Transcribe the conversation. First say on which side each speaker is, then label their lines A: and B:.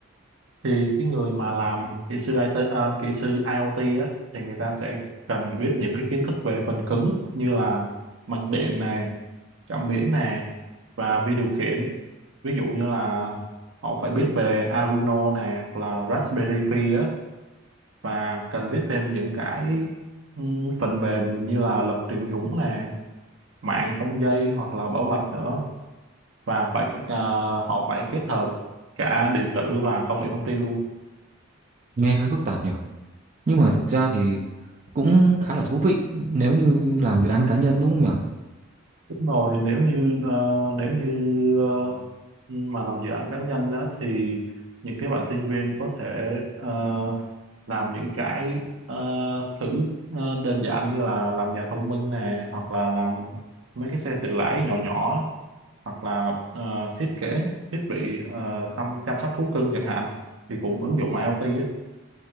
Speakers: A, on the right; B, on the right.
A: thì cái người mà làm kỹ sư IT ờ, kỹ sư IoT á thì người ta sẽ cần biết những cái kiến thức về phần cứng như là mạch điện nè cảm biến nè và vi điều khiển ví dụ như là họ phải biết về Arduino nè hoặc là Raspberry Pi á và cần biết thêm những cái ừ, phần mềm như là lập trình nhúng nè mạng không dây hoặc là bảo mật nữa và phải ờ, họ phải kết hợp cả điện tử và công nghệ thông tin luôn
B: Nghe hơi phức tạp nhỉ. Nhưng mà thực ra thì cũng khá là thú vị nếu như làm dự án cá nhân đúng không nhỉ?
A: Đúng rồi, nếu như ờ, nếu như ờ, mà làm dự án cá nhân á, thì những cái bạn sinh viên có thể ờ, làm những cái ờ, thử ờ, đơn giản như là làm nhà thông minh này hoặc là làm mấy cái xe tự lái nhỏ nhỏ á, hoặc là ờ, thiết kế thiết bị ờ, chăm, chăm sóc thú cưng chẳng hạn thì cũng ứng dụng IoT á.